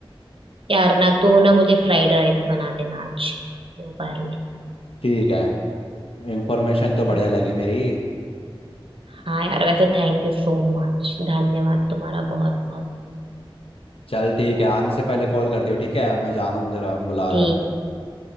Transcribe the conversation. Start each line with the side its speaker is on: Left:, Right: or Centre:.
Right: यार ना तो ना मुझे फ्राइड राइस बना देना आज दोपहर में
Left: ठीक है इंफॉर्मेशन तो बढ़िया
Right: हाँ
Left: लगी मेरी
Right: हाँ यार वैसे थैंक यू सो मच धन्यवाद तुम्हारा बहुत बहुत
Left: चल ठीक है आने से पहले कॉल कर दियो ठीक है अब मैं जा रहा हूँ जरा बुला
Right: ठीक
Left: रहे हैं मेरे
Right: है